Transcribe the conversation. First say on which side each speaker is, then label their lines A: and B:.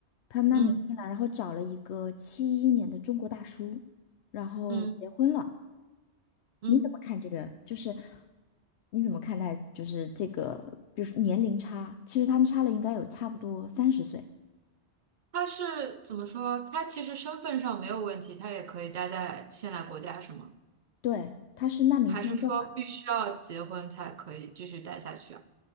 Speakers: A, on the left; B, on the right.
A: 她难民进来，
B: 嗯
A: 然后找了一个七一年的中国大叔，然后结婚了。
B: 嗯嗯，
A: 你怎么看这个？就是你怎么看待就是这个，比如说年龄差，其实他们差了应该有差不多三十岁。
B: 他是怎么说？他其实身份上没有问题，他也可以待在现在国家，是吗？
A: 对，他是难民签证嘛，
B: 还是说必须要结婚才可以继续待下去啊？